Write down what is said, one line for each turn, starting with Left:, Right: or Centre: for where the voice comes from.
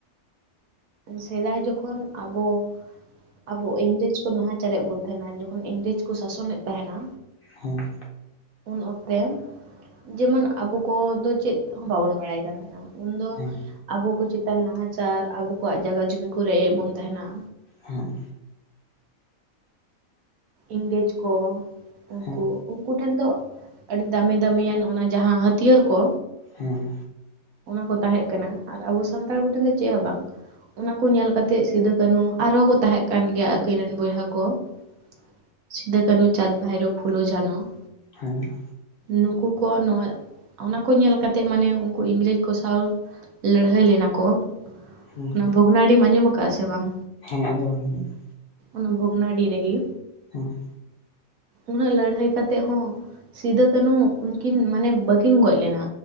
Right: ᱥᱮᱸᱫᱟᱭ ᱡᱚᱠᱷᱚᱱ ᱟᱵᱚ ᱟᱵᱚ ᱤᱝᱨᱮᱡᱽ ᱠᱚ ᱱᱟᱦᱟᱪᱟᱨᱮᱫ ᱵᱚᱱ ᱛᱟᱦᱮᱱᱟ ᱡᱚᱠᱷᱚᱱ ᱤᱝᱨᱮᱡᱽ ᱠᱚ ᱥᱟᱥᱚᱱᱮᱫ ᱛᱟᱦᱮᱱᱟ
Left: ᱦᱮᱸ ᱾
Right: ᱩᱱ ᱚᱠᱛᱮ <inaudible> ᱡᱮᱢᱚᱱ ᱟᱵᱚ ᱠᱚᱫᱚ ᱪᱮᱫ ᱦᱚᱸ ᱵᱟᱵᱚᱱ ᱵᱟᱲᱟᱭ ᱠᱟᱱ ᱛᱟᱦᱮᱱᱟ᱾ ᱩᱱᱫᱚ
Left: ᱦᱮᱸ
Right: ᱟᱵᱚ ᱠᱚ ᱪᱮᱛᱟᱱ ᱱᱟᱦᱟᱪᱟᱨ, ᱟᱵᱚ ᱠᱚᱣᱟᱜ ᱡᱟᱭᱜᱟ ᱡᱩᱢᱤ ᱠᱚ ᱨᱮᱡ ᱮᱫ ᱵᱚᱱ ᱛᱟᱦᱮᱱᱟ ᱾
Left: ᱮᱸᱼᱦᱮᱜ᱾
Right: ᱤᱝᱨᱮᱡᱽ ᱠᱚ ᱩᱱᱠᱩ,
Left: ᱦᱮᱸ
Right: ᱩᱱᱠᱩ ᱴᱷᱮᱱ ᱫᱚ ᱟᱹᱰᱤ ᱫᱟᱹᱢᱤ ᱫᱟᱹᱢᱤ ᱫᱟᱹᱢᱤᱭᱟᱱ ᱚᱱᱟ ᱡᱟᱦᱟᱸ ᱦᱟᱹᱛᱭᱟᱹᱨ ᱠᱚ
Left: ᱦᱮᱸ ᱾
Right: ᱚᱱᱟ ᱠᱚ ᱛᱟᱸᱦᱮᱡ ᱠᱟᱱᱟ ᱟᱨ ᱟᱵᱚ ᱥᱟᱱᱛᱟᱲ ᱠᱚᱴᱷᱮᱱ ᱫᱚ ᱪᱮᱜ ᱦᱚᱸ ᱵᱟᱝ ᱾ ᱚᱱᱟ ᱠᱚ ᱧᱮᱞ ᱠᱟᱛᱮᱜ ᱥᱤᱫᱩ ᱠᱟᱹᱱᱩ ᱟᱨᱦᱚᱸ ᱠᱚ ᱛᱟᱦᱮᱸᱜ ᱠᱟᱱ ᱜᱮᱭᱟ ᱟᱹᱠᱤᱱ ᱨᱮᱱ ᱵᱚᱭᱦᱟ ᱠᱚ ᱾ <inaudible> ᱥᱤᱫᱟᱹ ᱠᱟᱹᱱᱩ, ᱪᱟᱸᱫᱽ ᱵᱷᱟᱭᱨᱚ, ᱯᱷᱩᱞᱚ ᱡᱷᱟᱱᱚ ᱾
Left: ᱦᱮᱸ ᱾
Right: ᱱᱩᱠᱩ ᱠᱚ ᱱᱚᱣᱟ ᱚᱱᱟ ᱠᱚ ᱧᱮᱞ ᱠᱟᱛᱮᱜ ᱢᱟᱱᱮ ᱩᱝ ᱠᱩ ᱤᱝᱨᱮᱡᱽ ᱠᱚ ᱥᱟᱶ ᱞᱟᱹᱲᱦᱟᱹᱭ ᱞᱮᱱᱟ ᱠᱚ
Left: ᱦᱮᱸ
Right: ᱚᱱᱟ ᱵᱷᱚᱜᱽᱱᱟᱰᱤᱢ ᱟᱸᱡᱚᱢ ᱠᱟᱜᱼᱟ ᱥᱮ ᱵᱟᱝ?
Left: ᱦᱮᱸ ᱟᱸᱡᱚᱢ ᱠᱟᱹᱟᱧ ᱾
Right: ᱚᱱᱟ ᱵᱷᱚᱜᱽᱱᱟᱰᱤ ᱨᱮᱜᱤ
Left: ᱦᱮᱸ ᱾
Right: ᱩᱱᱟᱹᱜ ᱞᱟᱹᱲᱦᱟᱹᱭ ᱠᱟᱛᱮᱜ ᱦᱚᱸ ᱥᱤᱫᱷᱩ ᱠᱟᱹᱱᱦᱩ ᱩᱱᱠᱤᱱ ᱢᱟᱱᱮ ᱵᱟᱹᱠᱤᱱ ᱜᱚᱡ ᱞᱮᱱᱟ